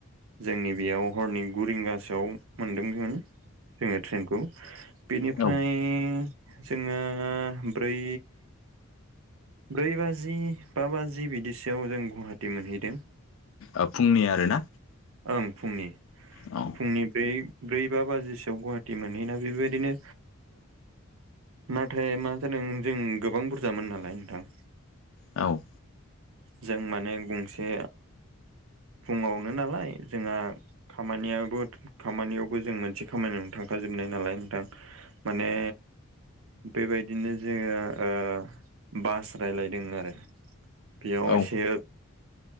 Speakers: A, on the right; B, on the left.
A: जोंनि बेयाव हरनि गु रिंगासोआव मोनदोंमोन जोङो ट्रेनखौ बेनिफ्राय
B: औ
A: जोङो ब्रै ब्रै बाजि बा बाजि बिदिसोआव जों गुवाहाटि मोनहैदों
B: ओ फुंनि आरोना
A: ओं फुंनि
B: औ
A: फुंनि बै ब्रै बा बाजिसोआव गुवाहाटि मोनहैना बेबायदिनो नाथाय मा जादों जों गोबां बुरजामोन नालाय नोंथां
B: औ
A: जों माने गंसे फुङावनो नालाय जोंहा खामानियाबो खामानियावबो जों मोनसे खामानियाव थांखाजोबनाय नालाय नोंथां माने बेबायदिनो जोङो बास रायलायदों आरो बेयाव एसे
B: औ